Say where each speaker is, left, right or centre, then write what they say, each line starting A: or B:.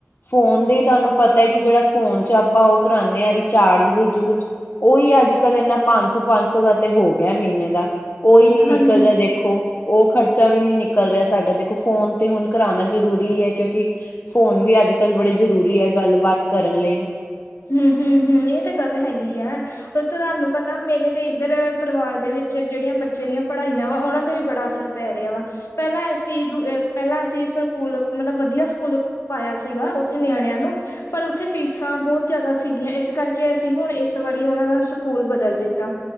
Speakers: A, on the left; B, on the left.
A: ਫੋਨ ਦੇ ਈ ਤੂਆਨੂੰ ਪਤਾ ਐ ਕਿ ਜੇੜਾ ਫੋਨ ਚ ਆਪਾਂ ਓ ਕਰਾਨੇ ਆਂ ਰਿਚਾਰਜ ਰਜੁਜ ਓਈ ਆਜ ਕਾਲ ਏਨਾ ਪੇਨਸੋ ਸੌ, ਪੇਨਸੋ ਦਾ ਤੇ ਹੋ ਗੇਆ ਮਹੀਨੇ ਦਾ, ਓਈ ਨੀ ਨਿਕਲ
B: ਹਾਂਜੀ
A: ਰੇਆ ਦੇਖੋ ਦੇਖੋ ਓ ਖਰਚਾ ਵੀ ਨੀ ਨਿਕਲ ਰੇਆ ਸਾਡਾ ਦੇਖੋ, ਫੋ਼ਨ ਤੇ ਹੁਨ ਕਰਾਨਾ ਜ਼ਰੂਰੀ ਐ ਕਿਉਂਕਿ ਫੋਨ ਵੀ ਅੱਜ ਕਾਲ ਬੜੇ ਜਰੂਰੀ ਐ ਗਾਲਬਾਤ ਕਰਨ ਲਈ।
B: ਹੂੰ, ਹੂੰ, ਹੂੰ ਏ ਤਾ ਗਾਲ ਹੈਗੀ ਐ ਓ ਤਾ ਤੂਆਨੂੰ ਪਤਾ ਮੇਰੇ ਤੇ ਇੱਧਰ ਪਰਿਵਾਰ ਦੇ ਵਿਚ ਜੇੜੀਆਂ ਬੱਚੇ ਦੀਆਂ ਪਢਾਈਆਂ ਵਾ, ਓਨਾਂ ਤੇ ਵੀ ਬੜਾ ਅਸਰ ਪੈ ਰੇਆ ਵਾ। ਪੈਹਲਾਂ ਅਸੀ ਦੁ, ਪੈਹਲਾਂ ਅਸੀ ਸੂਕੂਲ ਮਤਲਬ ਵਦੀਆ ਸੂਕੂਲ ਪਾਈਏਆ ਸੀਗਾ ਓਥੇ ਨਿਆਣੇਆਂ ਨੂੰ, ਪਰ ਓਥੇ ਫੀਸਾਂ ਬੋਤ ਜਾਦਾ ਸੀਗੀਆਂ ਏਸ ਕਾਰਕੇ ਅਸੀ ਹੁਣ ਏਸ ਵਾਰੀ ਓਨਾਂ ਦਾ ਸੂਕੂਲ ਬਦਲ ਦਿੱਤਾ।